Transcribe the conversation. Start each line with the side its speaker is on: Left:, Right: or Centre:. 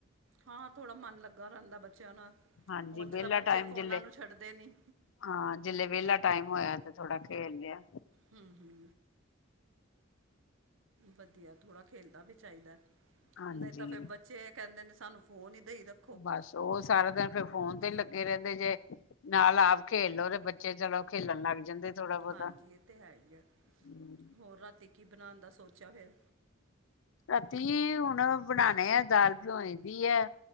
Right: ਹਾਂ ਥੋੜਾ ਮਨ ਲੱਗਾ ਰਹਿੰਦਾ ਬੱਚਿਆਂ ਨਾਲ,
Left: ਹਾਂਜੀ
Right: ਉਝ
Left: ਵਿਹਲਾ
Right: ਤਾਂ ਬੱਚੇ
Left: ਟਾਈਮ
Right: ਫੋਨਾਂ
Left: ਜਿਲੇ
Right: ਨੂੰ ਛੱਡਦੇ ਨੀ।
Left: ਹਾਂ, ਜ਼ਿਲ੍ਹੇ ਵਿਹਲਾ ਟਾਈਮ ਹੋਇਆ ਤੇ ਥੋੜਾ ਖੇਲ ਲਿਆ।
Right: ਹੁੰ। ਵਧੀਆ, ਥੋੜ੍ਹਾ ਖੇਲਦਾ ਵੀ ਚਾਈਦਾ
Left: ਹਾਂਜੀ
Right: ਨਹੀਂ ਤਾਂ ਫੇਰ ਬੱਚੇ ਕਹਿੰਦੇ ਨੇ, ਸਾਨੂੰ ਫੋਨ ਹੀ ਦਈ ਰੱ
Left: ਬਸ, ਉਹ ਸਾਰਾ ਦਿਨ ਫੇਰ ਫੋਨ ਤੇ ਲੱਗੇ ਰਹਿੰਦੇ ਜੇ, ਨਾਲ ਆਪ ਖੇਲ ਲੋ ਤੇ ਬ ਬੱਚੇ, ਚਲੋ ਖੇਲਣ ਲੱਗ ਜਾਂਦੇ ਥੋੜਾ ਬਹੁਤਾ
Right: ਹਾਂਜੀ
Left: ਹੰਮ।
Right: ਇਹ ਤਾਂ ਹੈ ਹੀ ਆ ਹੋਰ ਰਾਤੀ ਕੀ ਬਣਾਉਣ ਦਾ ਸੋਚੇਆ ਫੇਰ?
Left: ਰਾਤੀ ਹੁਣ ਬਣਾਉਣੇ ਆ ਦਾਲ ਭਿਉਈ ਦੀ ਹੈ।